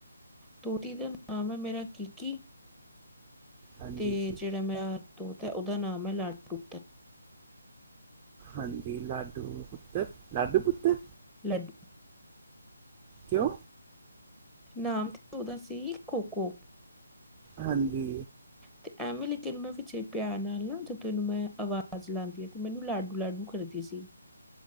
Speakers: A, in the centre; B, on the right.
A: ਤੋਤੀ ਦਾ ਨਾਮ ਹੈ ਮੇਰਾ ਕਿਕੀ
B: ਹਾਂਜੀ
A: ਤੇ
B: ਜੀ
A: ਜਿਹੜਾ ਮੇਰਾ ਤੋਤਾ ਹੈ ਉਹਦਾ ਨਾਮ ਹੈ ਲਾਡੂ।
B: ਹਾਂਜੀ। ਲਾਡੂ ਪੁੱਤਰ, ਲਾਡੂ ਪੁੱਤਰ।
A: ਲੱਡੂ।
B: ਕਿਂਉ
A: ਨਾਮ ਤੇ ਉਹਦਾ ਸੀ ਖੋ- ਖੋ।
B: ਹਾਂਜੀ।
A: ਤੇ ਐਵੇਂ ਲੇਕਿਨ ਮੈਂ ਪਿੱਛੇ ਪਿਆਰ ਨਾਲ ਨਾ ਜਦੋਂ ਇਹਨੂੰ ਮੈਂ ਆਵਾਜ਼ ਲਾਉਂਦੀ ਆ। ਤੇ ਮੈਨੂੰ ਲਾਡੂ, - ਲਾਡੂ ਕਰਦੀ ਸੀ।